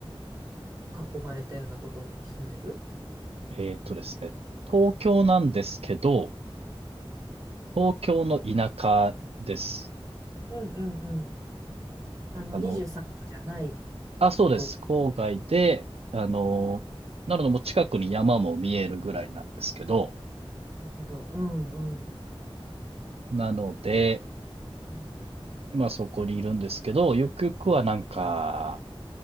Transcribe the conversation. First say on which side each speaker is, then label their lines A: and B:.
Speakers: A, on the right; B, on the right.
A: 囲まれたようなところに住んでる
B: えーっとですね、東京なんですけど、東京の田舎です。
A: うんうんうん。あの、
B: あの、
A: 23区じゃない
B: あ、そうです。
A: と。
B: 郊外で、あの、
A: うん
B: なのでもう近くに山も見えるぐらいなんですけど、
A: なるほど。うんうん。
B: なので、
A: うん
B: 今そこにいるんですけど、ゆくゆくはなんか、